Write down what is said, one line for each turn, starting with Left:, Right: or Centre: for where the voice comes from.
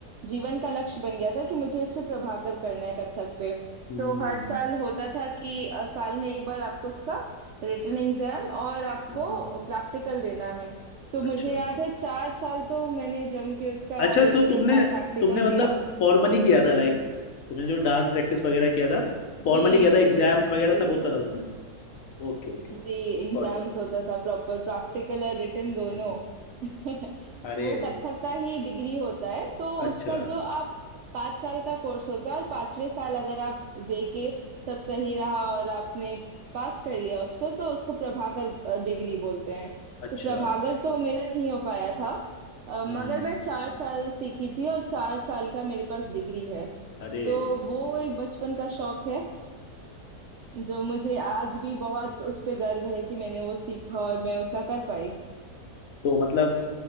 Right: जीवन का लक्ष्य बन गया था कि मुझे इस पे प्रभाकर करना है कथक पे
Left: हम्म,
Right: तो हर साल होता था कि अ, साल में एक बार आपको उसका रिटन एग्जाम और आपको
Left: हम्म।
Right: प्रैक्टिकल देना है तो
Left: अच्छा
Right: मुझे याद है चार साल तो मैंने जम के उसका
Left: अच्छा
Right: रिटन
Left: तो तुमने
Right: एग्जाम प्रैक्टिकल
Left: तुमने मतलब
Right: दिया
Left: फॉर्मली किया था लाइक तुमने जो डांस प्रैक्टिस वगैरह किया था फॉर्मली
Right: जी
Left: किया था एग्जाम्स
Right: जी
Left: वगैरह
Right: जी
Left: सब होता था उसमें Okay okay
Right: जी एग्जाम्स
Left: Got it
Right: होता था प्रॉपर प्रैक्टिकल और रिटन दोनों
Left: Hmm,
Right: <laughs>
Left: अरे
Right: वो कथक का ही डिग्री होता है तो
Left: अच्छा
Right: उसका जो आप पाँच साल का कोर्स होता है और पांचवे साल अगर आप दे के सब सही रहा और आपने पास कर लिया उसको तो उसको प्रभाकर डिग्री बोलते हैं
Left: अच्छा
Right: तो प्रभाकर तो मेरा नहीं हो पाया था अ,
Left: हम्म
Right: मगर मैं चार साल सीखी थी और चार साल का मेरे पास डिग्री है
Left: अरे
Right: तो वो एक बचपन का शौक है जो मुझे आज भी बहुत उस पे गर्व है कि मैंने वो सीखा और मैं उतना कर पाई
Left: तो मतलब